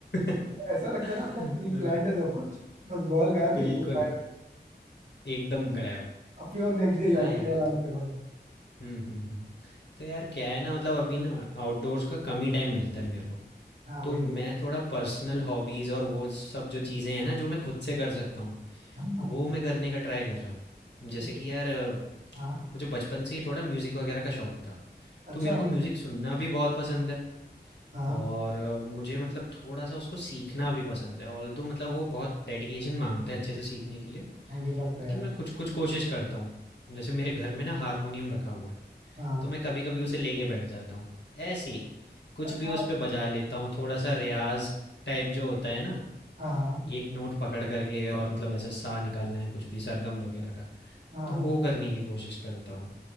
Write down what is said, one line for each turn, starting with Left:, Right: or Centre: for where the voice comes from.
Left: <laughs>
Right: ऐसा लगता है ना मतलब
Left: हाँ,
Right: प्री प्लान्ड है सब कुछ बस बॉल गायब हुई
Left: बिल्कुल,
Right: वो गायब
Left: एकदम गायब।
Right: अब फिर वो नेक्स्ट डे
Left: हाँ
Right: आएंगे
Left: यार,
Right: बॉल आने
Left: तो
Right: के बाद
Left: हुँ, हुँ, हुँ। तो यार क्या है ना मतलब अभी ना आउटडोर्स का कम ही टाइम मिलता है मेरे को,
Right: हाँ
Left: तो
Right: वही
Left: मैं
Right: है।
Left: थोड़ा पर्सनल हॉबीज़ और वो सब जो चीज़ें हैं ना, जो मैं खुद से कर सकता हूँ,
Right: हाँ हाँ
Left: वो मैं करने का ट्राई कर रहा हूँ। जैसे
Right: ऐसे-
Left: कि यार अ,
Right: हाँ,
Left: मुझे बचपन से ही थोड़ा म्यूज़िक वगैरह का शौक था।
Right: अच्छा
Left: तो मेरे को म्यूज़िक सुनना भी बहुत पसंद है
Right: हाँ
Left: और अ, मुझे मतलब थोड़ा-सा उसको सीखना भी पसंद है। ऑल्दो मतलब वो बहुत डेडिकेशन माँगता है अच्छे से सीखने के लिए,
Right: हाँ ये बात
Left: लेकिन
Right: तो है यार
Left: मैं कुछ-कुछ कोशिश करता हूँ। जैसे मेरे घर में ना हारमोनियम रखा हुआ है,
Right: हाँ
Left: तो मैं कभी-कभी उसे लेके बैठ जाता हूँ। ऐसे ही, कुछ
Right: अच्छा
Left: भी उस पे बजा लेता हूँ, थोड़ा-सा रियाज़ टाइप जो होता है ना,
Right: हाँ हाँ
Left: एक नोट पकड़ करके और मतलब ऐसे सा निकालना है कुछ भी सरगम वगैरह का,
Right: हाँ
Left: तो
Right: हाँ
Left: वो करने की कोशिश करता हूँ।